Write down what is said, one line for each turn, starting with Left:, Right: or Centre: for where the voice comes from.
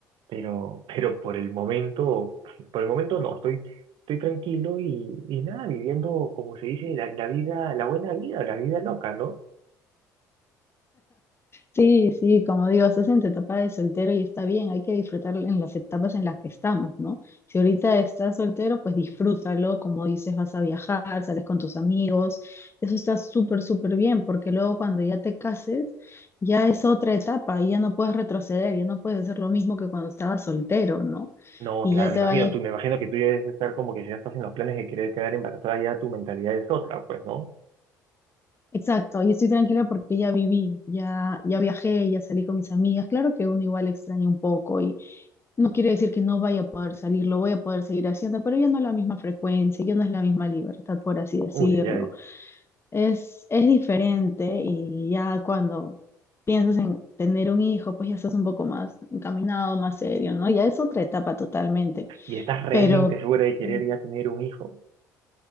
Right: Pero, pero por el momento, por el momento no, estoy estoy tranquilo y, y nada, viviendo, como se dice, la, la vida, la buena vida, la vida loca, ¿no?
Left: Sí, sí, como digo, estás en tu etapa de soltero y está bien, hay que disfrutar en las etapas en las que estamos, ¿no? Si ahorita estás soltero, pues disfrútalo, como dices, vas a viajar, sales con tus amigos, eso está súper, súper bien, porque luego cuando ya te cases, ya es otra etapa y ya no puedes retroceder, ya no puedes hacer lo mismo que cuando estabas soltero, ¿no?
Right: No,
Left: Y
Right: claro,
Left: ya
Right: me
Left: te
Right: imagino,
Left: vayas.
Right: tú, me imagino que tú ya debes estar como que si ya estás en los planes de querer quedar embarazada, ya tu mentalidad es otra, pues, ¿no?
Left: Exacto, y estoy tranquila porque ya viví, ya, ya viajé, ya salí con mis amigas. Claro que uno igual extraña un poco y, No quiere decir que no vaya a poder salir, lo voy a poder seguir haciendo, pero ya no es la misma frecuencia, ya no es la misma libertad, por así decirlo.
Right: Uy, ay, ay.
Left: Es, es diferente y ya cuando piensas en tener un hijo, pues ya estás un poco más encaminado, más serio, ¿no? Ya es otra etapa totalmente,
Right: ¿Y estás realmente
Left: pero
Right: segura de querer
Left: eh,
Right: ya tener un hijo?